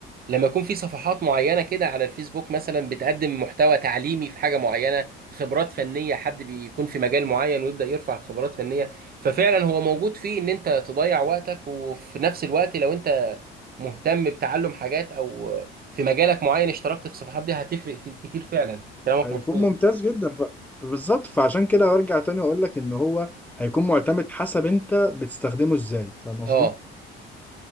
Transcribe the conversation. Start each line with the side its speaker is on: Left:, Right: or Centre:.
Right: لما يكون في صفحات معينة كده على الفيسبوك مثلا بتقدم محتوى تعليمي في حاجة معينة خبرات فنية حد بيكون في مجال معين ويبدأ يرفع خبرات فنية ففعلا هو موجود فيه ان انت تضيع وقتك وفي نفس الوقت لو انت مهتم بتعلم حاجات او في مجالك معين اشتركت في الصفحات دي هتفرق في كتير فعلا كلامك
Centre: هيكون
Right: مظبوط
Centre: ممتاز جدا ف... بالظبط فعشان كده أرجع تاني وأقول لك إن هو هيكون معتمد حسب أنت بتستخدمه إزاي فاهم قصدي؟
Right: اه